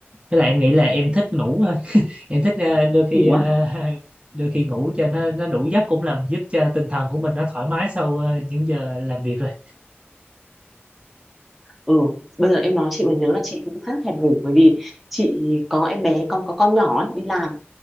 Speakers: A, on the right (about 25°); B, in the centre.
A: với lại em nghĩ là em thích ngủ thôi em thích ờ, đôi khi
B: ngủ
A: ờ,
B: á
A: <laughs> đôi khi ngủ cho nó nó đủ giấc cũng làm giúp cho tinh thần của mình nó thoải mái sau ờ, những giờ làm việc rồi
B: ừ bây giờ em nói chị mới nhớ là chị cũng khá thèm ngủ bởi vì chị có em bé con có con nhỏ ấy, đi làm